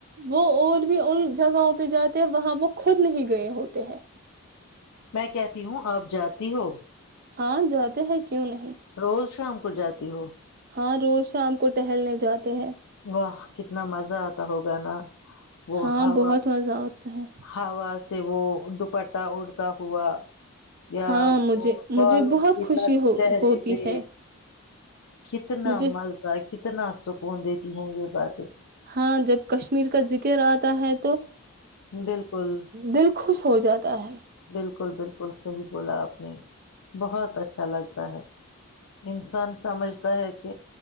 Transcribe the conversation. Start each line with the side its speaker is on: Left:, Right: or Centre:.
Right: وہ اور بھی ان جگہوں پہ جاتے ہیں وہاں وہ خود نہیں گئے ہوتے ہیں
Left: میں کہتی ہوں آپ جاتی ہو
Right: ہاں جاتے ہیں کیوں نہیں
Left: روز شام کو جاتی ہو
Right: ہاں روز شام کو ٹہلنے جاتے ہیں
Left: واہ کتنا مزہ آتا ہوگا نا وہ
Right: ہاں
Left: ہا
Right: بہت مزہ آتا ہے
Left: ہا سے وہ دوپٹہ اڑتا ہوا یا
Right: ہاں
Left: وہ
Right: مجھے
Left: پالوں
Right: مجھے بہت
Left: کی
Right: خوشی
Left: لٹ
Right: ہو
Left: چرے
Right: ہوتی
Left: پہ
Right: ہے
Left: کتنا
Right: مجھے
Left: مزتا کتنا سکون دیتی ہے یہ باتیں
Right: ہاں جب کشمیر کا ذکر آتا ہے تو
Left: بالکل
Right: دل خوش ہو جاتا ہے
Left: بالکل بالکل صحیح بولا آپ نے بہت اچھا لگتا ہے انسان سمجھتا ہے کہ